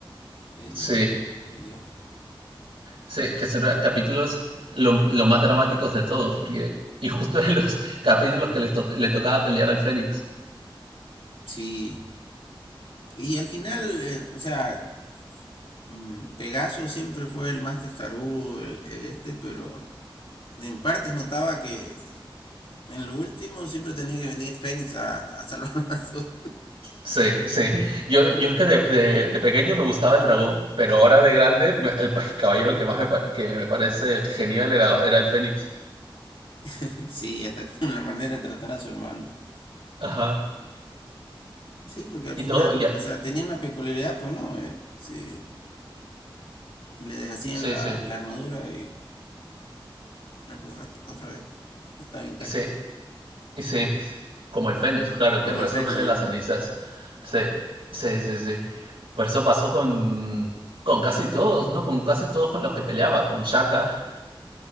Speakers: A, on the left; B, on the right.
A: el,
B: Sí,
A: el dios.
B: sí, que son capítulos lo, lo más dramáticos de todos, porque, y justo en los <laughs> capítulos que les to- le tocaba pelear al Fénix.
A: Sí. Y al final, eh, o sea, mm, Pegaso siempre fue el más testarudo, el, el este, pero en partes notaba que en lo último siempre tenía que venir Fénix a, a salvarlo a todos.
B: Sí, sí. Yo, yo es que de, de- de pequeño me gustaba el dragón, pero ahora de grande, me- el pa- caballero que más me, pa- que me parece genial era, era el Fénix.
A: <laughs> Sí, hasta con la manera de tratar a su hermano.
B: Ajá.
A: Sí, porque al
B: Y
A: final,
B: todo, ya.
A: o sea, tenía una peculiaridad, pues no, Eh, eh, le deshacían
B: Sí,
A: la,
B: sí.
A: la armadura y me puso rato, otra vez, estaba intacta.
B: Y sí, Y sí, como el Fénix, claro, que
A: Como
B: resurge
A: el Fénix, digamos.
B: de las cenizas. Sí, sí, sí, sí. Por eso pasó con, con casi todos, ¿no? Con casi todos con los que peleaba, con Shaka,